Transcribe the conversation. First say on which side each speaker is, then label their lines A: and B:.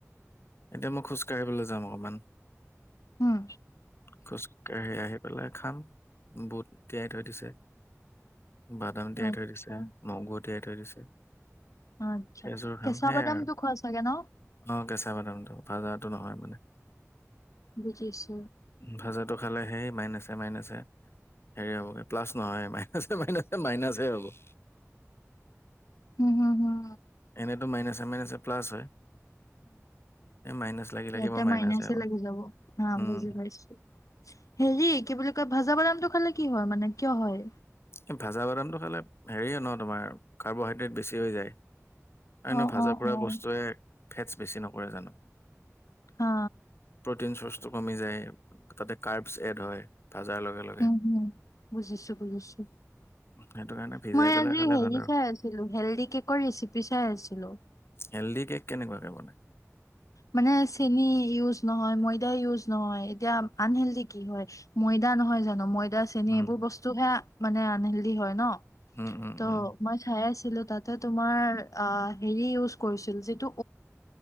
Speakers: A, on the left; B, on the left.
A: এতিয়া মই খোজকাঢ়িবলৈ যাম অকণমান
B: উম
A: খোজকাাঢ়ি আহি পেলাই খাম বুট তিয়াই থৈ দিছে বাদাম তিয়াই
B: আচ্ছা,
A: থৈ দিছে নগৈ তিয়াই থৈ দিছে
B: আচ্ছা।
A: সেইযোৰ
B: কেঁচা
A: খাম সেইয়াই
B: বাদামটো
A: আৰু
B: খোৱা চাগে ন?
A: অ কেঁচা বাদামটো ভাজাত- নহয় মানে
B: <unintelligible>
A: ভাজাটো খালে হে ই মাই নাছে- ছে মাইনাছে হেৰি হ'বগৈ প্লাছ নহয় মাইনাছে মাইনাছে মাইনাছে হ'ব <inaudible> <unintelligible>
B: উম হুম হুম
A: এনেতো মাইনাছেছে মাইনাছেে প্লাছ হয় <inaudible> লাগি লাগি
B: ইয়াটা
A: মোৰ মাইনাছে
B: মইনাছ চে
A: হ'ব
B: লাগি যাব হা
A: উম
B: বুজি পাইছো হেৰি কি বুলি কয় ভাজা বাদামটো খালে কি হয় মানে কিয় হয়
A: এই ভাজা বাদামটো খালে হেৰিয়ে ন তোমাৰ কাৰ্বহাইড্ৰেট বেছি হৈ যায় এ নে
B: অ',
A: ভাজা
B: অ',
A: পৰা
B: অ',
A: বস্তুৱে- ফেটচ বেছি নকৰে জানো
B: হা,
A: <unintelligible> প্ৰ- তো কমি যায় তাতে কাৰ্বচ চেড হয় ভাজাৰ লগে লগে
B: উম হুম বুজিছো বুজিছো <inaudible>
A: সেইটো কাৰণে ভিজাই
B: মই
A: পেলাই
B: আজি
A: খালে
B: হেৰি
A: ভাল আৰু
B: চাই আছিলো হেলডি কেকৰ ৰেচিপি চাই আছো <unintelligible>
A: হেল্ডি কেক কেনেকুৱাকে বানাই-
B: মানে চেনি ইউজ নহয় ময়দ ইউজ নহয় এতিয়া আনহেলি কি হয় ময়ইদা- নহয় জানো ম ই- দা চেনি
A: উম
B: এইবোৰ বস্তু হে মানে আনহেল্ডি হয় ন
A: উম উম
B: ত
A: উম
B: মই খাই আছো তাতে তোমাৰ আ হেৰি উজ কৰিছিলো যিটো